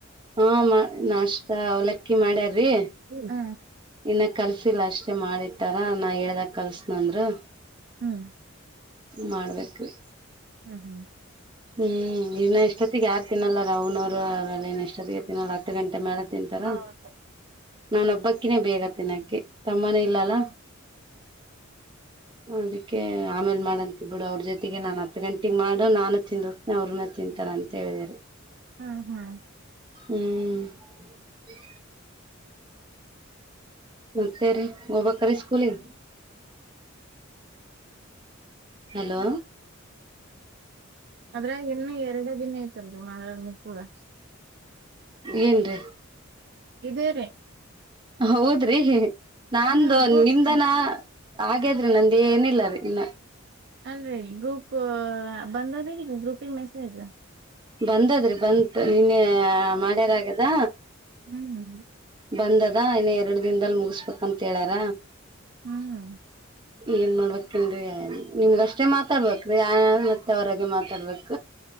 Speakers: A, on the right; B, on the right.
A: ಹಾ ಮ ನಾಶ್ <unintelligible> ಅವ್ಲಕ್ಕಿ ಮಾಡ್ಯಾ ರೀ
B: ಹ
A: ಇನ್ನ ಕಲ್ಸಿಲ್ಲ ಅಷ್ಟೆ ಮಾಡಿಟ್ಟಾರ ನಾ ಹೇಳ್ದಾಗ್ ಕಲ್ಸ್ತ್ ನಂದ್ರು
B: ಹ್ಮ್.
A: ಮಾಡ್ಬೇಕ್ ರೀ.
B: ಹಹ್ಮ.
A: ಹ್ಮ್ ಇನ್ನ ಇಷ್ಟೊತ್ತಿಗ್ ಯಾರ್ ತಿನ್ನಲ್ಲರಿ ಅವನೋರು ಅವರೆಲ್ಲ ಇನ್ನ ಇಷ್ಟೊತ್ತಿಗೆ ತಿನ್ನಲ್ಲ ಹತ್ ಗಂಟ್ <unintelligible> ಮ್ಯಾಲ ತಿಂತರ.
B: ಹೌದು
A: ನಾನೊಬ್ಬಕ್ಕಿನೇ ಬೇಗ ತಿನ್ನಕ್ಕಿ. ತಮ್ಮನು ಇಲ್ಲ ಅಲ್ಲ. ಅದಕ್ಕೆ ಆಮೇಲ ಮಾಡಂತೆ ಬಿಡು ಅವ್ರ ಜೊತೆಗೆ ನಾನ ಹತ್ತ ಗಂಟಿಗೆ ಮಾಡು ನಾನು. <unintelligible> ಅವ್ರನು ತಿಂತಾರ ಅಂತ ಹೇಳಿದೇರಿ.
B: ಹ್ಮ್ ಹ್ಮ್.
A: ಹ್ಮ್. ಮತ್ತೆ ರೀ ಹೋಗಬೇಕನ ಅಲ್ಲ ಸ್ಕೂಲೀಗ ಹಲೋ.
B: ಅದರಾಗ ಇನ್ನು ಎರಡಿ ದಿನ ಐತಲ್ಲರಿ ಮಂಗಳರ. <unintelligible>
A: ಏನ್ರಿ.
B: ಇದೆ ರಿ.
A: ಹೌದ್ರಿ. <unintelligible> ನಾನಂದು
B: ಹ್ಮ್
A: ನಿಮ್ದ ನಾ ಹಾಗ. ಹಾಗಾದ್ರೆ ನಂದ ಏನ ಇಲ್ಲರಿ ಇನ್ನ.
B: ಅಲ್ರರಿ ಗ್ರೂಪ್. ಪ ಬಂದದ ಈಗ ಗ್ರೂಪಿಗ ಮೆಸೇಜ್.
A: ಬಂದದ್ರಿ ಬಂತ ನಿನ್ನೆ ಮಾಡ್ಯಾರ ಆಗದ.
B: ಹ್ಮ್ ಹ್ಮ.
A: ಬಂದದ ಇನ್ನ ಎರಡ ದಿನದಲ್ಲಿ ಮುಗಿಸಬೇಕಂತ ಹೇಳ್ಯಾರ.
B: ಹ್ಮ್.
A: ಏನ ಮಾಡ್ಬೇಕನ್ರೀ ನಿಮ್ಗಷ್ಟೇ ಮಾತಾಡ್ಬೇಕ್ರೀ ಆಯ ಮತ್ತ ಅವರಿಗ ಮಾತಾಡ್ಬೇಕ.